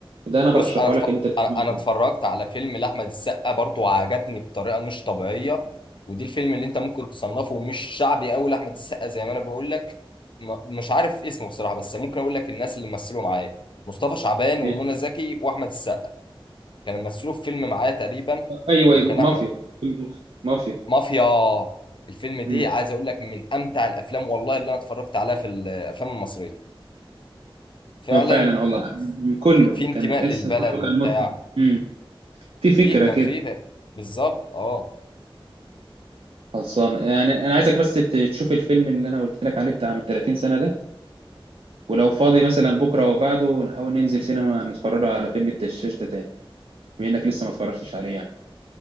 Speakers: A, on the right; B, on the left.
A: ده انا برشحه
B: بص انا اتف...
A: لك ان انت تتفرج
B: انا أنا اتفرجت على فيلم لاحمد السقا برضه وعجبني بطريقه مش طبيعيه ودي الفيلم اللي انت ممكن تصنفه مش شعبي قوي لاحمد السقا زي ما انا بقول لك م... مش عارف اسمه بصراحه بس ممكن اقول لك الناس اللي مثلوا معايا مصطفى شعبان ومنى
A: عليه.
B: زكي واحمد السقا كانوا مثلوا في فيلم معايا تقريبا
A: ايوه
B: وكان
A: مافيا
B: احمد
A: فيلم مافيا
B: مافيا الفيلم دي
A: مم.
B: عايز اقول لك من امتع الافلام والله اللي انا اتفرجت عليها في الافلام المصريه فعلا
A: اه فعلا والله من كله
B: في, في انتماء
A: كان تحس
B: للبلد
A: كله
B: وبتاع
A: كان متقن امم في فكره
B: في كان
A: كده
B: فيه بالظبط اه
A: خلصانه يعني انا عايزك بس ت- تشوف الفيلم اللي انا قلت لك عليه بتاع من 30 سنه ده ولو فاضي مثلا بكره او بعده نحاول ننزل سينما نتفرج على فيلم الدشاش ده تاني بما انك لسه ما اتفرجتش عليه يعني